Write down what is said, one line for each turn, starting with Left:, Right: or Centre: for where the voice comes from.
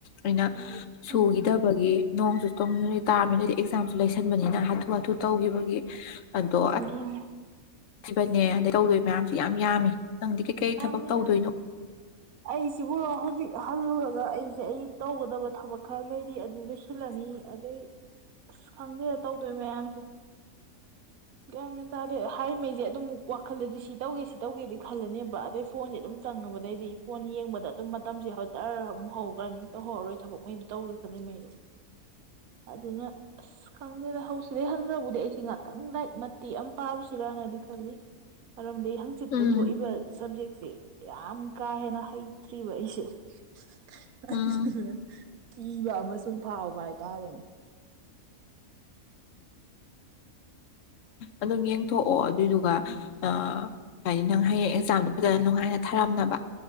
Left: ꯑꯩꯅ ꯁꯨꯒꯤꯗꯕꯒꯤ
Right: ꯎꯝ
Left: ꯅꯣꯡꯁꯨ <unintelligible> ꯇꯥꯔꯕꯅꯤꯅꯗꯤ ꯑꯦꯛꯖꯥꯝꯁꯨ ꯂꯩꯁꯟꯕꯅꯤꯅ ꯍꯥꯊꯨ ꯍꯥꯊꯨ ꯇꯧꯈꯤꯕꯒꯤ ꯑꯗꯣ
Right: ꯎꯝ
Left: ꯕꯅꯦ ꯑꯗꯩ ꯇꯧꯗꯣꯏ ꯃꯌꯥꯝꯁꯦ ꯌꯥꯝ ꯌꯥꯝꯃꯤ ꯅꯪꯗꯤ ꯀꯩꯀꯩ
Right: ꯌꯥꯝꯃꯤ
Left: ꯊꯕꯛ ꯇꯧꯗꯣꯏꯅꯣ
Right: ꯌꯥꯝ ꯑꯩꯁꯤꯕꯨ ꯍꯧꯖꯤꯛ ꯍꯜꯂꯨꯔꯒ ꯑꯩꯁꯦ ꯑꯩ ꯇꯧꯒꯗꯕ ꯊꯕꯛ ꯈꯔ ꯂꯩꯔꯤ ꯑꯗꯨ ꯂꯣꯏꯁꯤꯜꯂꯅꯤ ꯑꯗꯩ ꯑꯁ ꯈꯪꯗꯦꯗ ꯇꯧꯗꯣꯏ ꯃꯌꯥꯝꯁꯦ ꯒ꯭ꯌꯥꯟ ꯃꯦꯟ ꯇꯥꯗꯦ ꯍꯥꯏꯔꯤꯃꯩꯁꯦ ꯑꯗꯨꯝ ꯋꯥꯈꯜꯗꯗꯤ ꯁꯤ ꯇꯧꯒꯦ ꯁꯤ ꯇꯧꯒꯦꯗꯤ ꯈꯜꯂꯅꯦꯕ ꯑꯗꯩ ꯐꯣꯟꯁꯦ ꯑꯗꯨꯝ ꯆꯪꯉꯕꯗꯩꯗꯤ ꯐꯣꯟ ꯌꯦꯡꯕꯗ ꯑꯗꯨꯝ ꯃꯇꯝꯁꯦ ꯍꯧ ꯖꯔ ꯃꯨꯛ ꯍꯧꯒ꯭ꯔꯅꯤ ꯇꯧꯍꯧꯔꯔꯣꯏ ꯊꯕꯛꯃꯩꯗꯨ ꯇꯧꯒꯦ ꯈꯜꯂꯤꯃꯩꯗꯣ ꯑꯗꯨꯅ ꯑꯁ ꯈꯪꯗꯦꯗ ꯍꯧꯁꯤꯗꯩ ꯍꯟꯒ꯭ꯔꯕꯨꯗꯤ ꯑꯩꯁꯦ ꯉꯥꯇꯪ ꯂꯥꯏꯔꯤꯛ ꯃꯇꯦꯛ ꯑꯃ ꯄꯥꯔꯨꯁꯤꯔꯅꯗꯤ ꯈꯜꯂꯤ ꯃꯔꯝꯗꯤ ꯍꯪ ꯆꯤꯠꯇ
Left: ꯎꯝ
Right: ꯊꯣꯛꯏꯕ ꯁꯕꯖꯦꯛꯁꯦ ꯌꯥꯝ ꯀꯥ ꯍꯦꯟꯅ ꯍꯩꯇ꯭ꯔꯤꯕ ꯑꯩꯁꯨ <unintelligible>
Left: ꯎꯝ
Right: ꯀꯤꯕ ꯑꯃꯁꯨꯝ ꯐꯥꯎꯕ ꯍꯥꯏꯇꯥꯔꯦꯅꯦ
Left: ꯑꯗꯨꯝ ꯌꯦꯡꯊꯣꯛꯑꯣ ꯑꯗꯨꯏꯗꯨꯒ ꯑ ꯍꯥꯏꯗꯤ ꯅꯪ ꯍꯌꯦꯡ ꯑꯦꯛꯖꯥꯝꯗꯣ ꯐꯖꯅ ꯅꯨꯡꯉꯥꯏꯅ ꯊꯥꯔꯝꯅꯕ